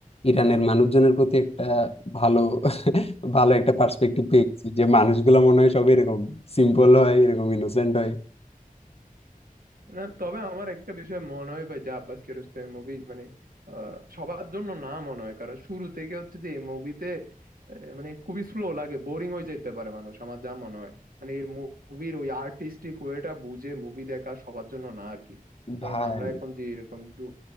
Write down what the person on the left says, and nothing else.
ইরানের মানুষজনের প্রতি একটা ভালো <laughs> ভালো একটা পার্সপেক্টিভ পেয়েছি যে মানুষগুলো মনে হয় সব এরকম সিম্পল হয় এরকম ইনোসেন্ট হয়
ভাই